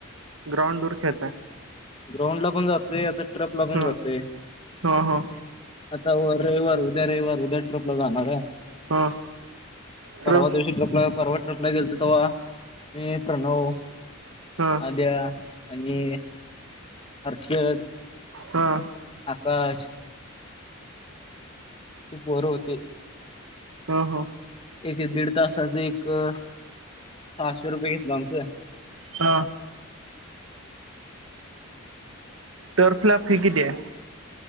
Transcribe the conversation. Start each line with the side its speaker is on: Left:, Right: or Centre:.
Right: ग्राउंड वर खेळताय.
Left: ग्राउंड ला पण जाते आता ट्रप ला पण
Right: ह
Left: जातोय.
Right: ह ह
Left: आता रविवार उद्या रविवार उद्या ट्रपला जाणार आहे
Right: ह ट्रफ
Left: परवा दिवशी ट्रपला परवा ट्रपला गेलते तेव्हा मी प्रणव.
Right: ह ह
Left: आद्या आणि हर्षद.
Right: हा
Left: आकाश ते पर होती.
Right: ह ह ह
Left: एक दीड तासाच एक पाचशे रुपये घेतला आमचं.
Right: हा ट्रप ला फि कीती आहे.